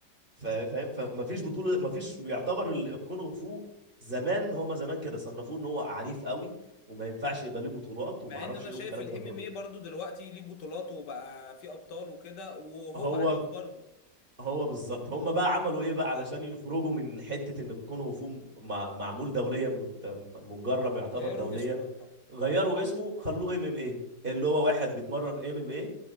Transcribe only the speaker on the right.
فا- فاهم فما فيش بطولة ما فيش بيعتبر ال- الكونغ فو زمان هما زمان كده صنفوه ان هو عنيف قوي وما ينفعش يبقى ليه بطولات وما
اعرفش
ايه
والكلام
ده كله
هو
هو بالظبط هم بقى عملوا ايه بقى علشان يخرجوا من حتة ان الكونغ فو م- مع- معمول دوليا مت- متجرم يعتبر
دوليا
غيروا اسمه خلوه ام ام ايه اللي هو واحد بيتمرن ام ام ايه